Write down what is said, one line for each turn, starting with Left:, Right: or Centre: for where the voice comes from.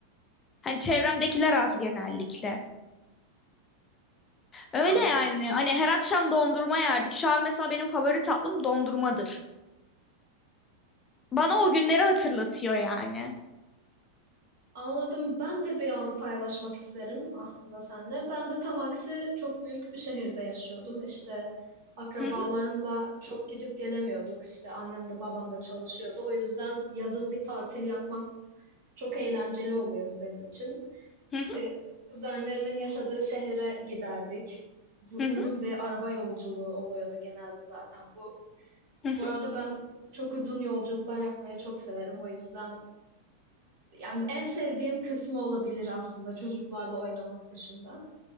Left: Hani çevremdekiler az genellikle. Öyle
Right: anladım.
Left: yani. Hani her akşam dondurma yerdik. Şu an mesela benim favori tatlım dondurmadır. Bana o günleri hatırlatıyor yani.
Right: Anladım. Ben de bir anı paylaşmak isterim aslında seninle. Ben de tam aksi çok büyük bir şehirde yaşıyordum. İşte akrabalarımla
Left: Hı hı,
Right: çok gidip gelemiyorduk. İşte annem de babam da çalışıyordu. O yüzden yazın bir tatil yapmak çok eğlenceli oluyordu benim için.
Left: hı
Right: İşte
Left: hı,
Right: kuzenlerimin yaşadığı şehre giderdik. Bu
Left: hı hı,
Right: uzun bir araba yolculuğu oluyordu genelde zaten bu.
Left: hı hı.
Right: Bu arada ben çok uzun yolculuklar yapmayı çok severim. O yüzden yani en sevdiğim kısmı olabilir aslında çocuklarla oynamak dışında.